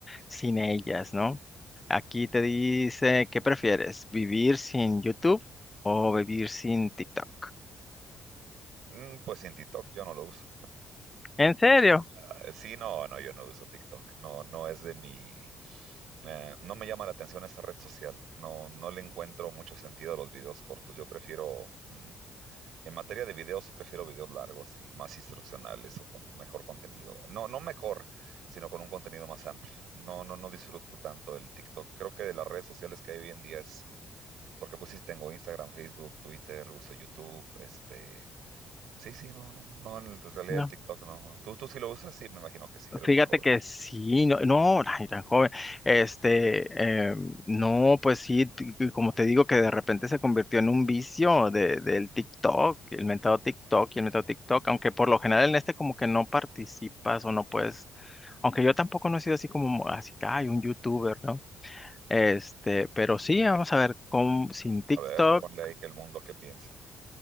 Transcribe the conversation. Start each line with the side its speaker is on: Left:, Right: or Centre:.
Left: sin ellas, ¿no? Aquí te dice, ¿qué prefieres? ¿Vivir sin YouTube o vivir sin TikTok?
Right: Mm, Pues sin TikTok yo no lo uso.
Left: ¿En serio?
Right: Ah, Sí, no, no, yo no uso TikTok. No, no es de mi. eh, no me llama la atención esa red social. No, no le encuentro mucho sentido a los videos cortos. Yo prefiero, mm, en materia de videos, sí prefiero videos largos y más instruccionales o con mejor contenido. No, no mejor, sino con un contenido más amplio. No, no, no disfruto tanto el TikTok. Creo que de las redes sociales que hay hoy en día es, porque pues sí tengo Instagram, Facebook, Twitter, uso YouTube, este. Sí, sí, no, no, no, en el- en realidad
Left: No.
Right: el TikTok no. no. ¿Tú, tú sí lo usas? Sí, me imagino que sí, eres
Left: Fíjate
Right: muy joven.
Left: que sí, no, no, ay, tan joven. Este, eh, no, pues sí, t- que como te digo, que de repente se convirtió en un vicio de, del TikTok, el mentado TikTok y el mentado TikTok, aunque por lo general en este como que no participas o no puedes, aunque yo tampoco no he sido así como, así que hay un youtuber, ¿no? Este, pero sí, vamos a ver, con, sin TikTok,
Right: A ver, ponle ahí que el mundo qué piensa.